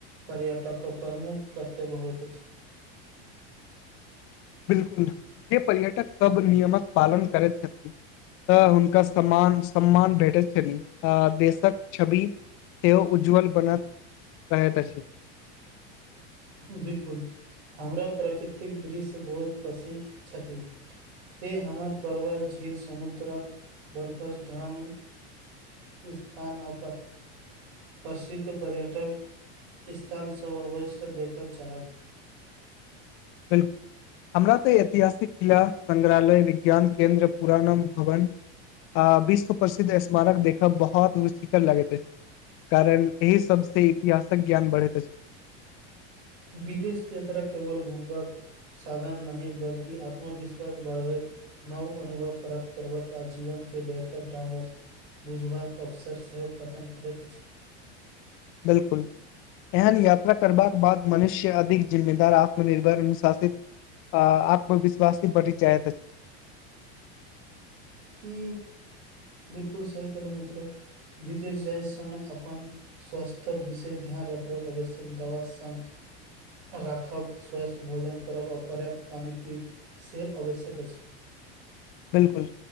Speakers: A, on the right; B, on the left.
A: पर्यटक प्रमुख कर्तव्य होइत अछि
B: बिलकुल जे पर्यटक सब नियमक पालन करैत छथि त हुनका सम्मान सम्मान भेटैत छनि आ देशक छवि सेह उज्ज्वल बनत रहैत अछि
A: बिलकुल हमरा प्राकृतिक दृश्य बहुत पसिन्न छथि त हमर पर्वत झील समुद्रा बरफस ढंग स्थानो पर प्रसिद्ध पर्यटक स्थलसभ अवश्य देखय चाहब
B: बिलकुल हमरा तऽ ऐतिहासिक किला संग्रहालय ज्ञान केंन्द्र पुरानम भवन आ विश्व प्रसिद्ध स्मारक देख बहुत रुचिकर लगैत अछि कारण एहि सब से इतिहासक ज्ञान बढ़ैत अछि छै
A: विदेश यात्रा केवल घुमबाक साधन नहि बल्कि आत्मविश्वास बढ़बै नव अनुभव प्राप्त करबाक जीवन के बेहतर ढंग बुझबाक अवसर सेहो पतन करैत अछि
B: बिलकुल एहन यात्रा करबाक बाद मनुष्य अधिक जिम्मेदार आत्मनिर्भर अनुशासित आ आत्मविश्वासी बढ़ जायत अछि
A: ई बिलकुल सही कहेलहु मित्र विदेश जाय समय अपन स्वास्थ्य विशेष ध्यान रखबाक आवश्यक दवा संग राखब स्वस्थ भोजन करब आ पर्याप्त पानि पीब से आवश्यक अछि
B: बिलकुल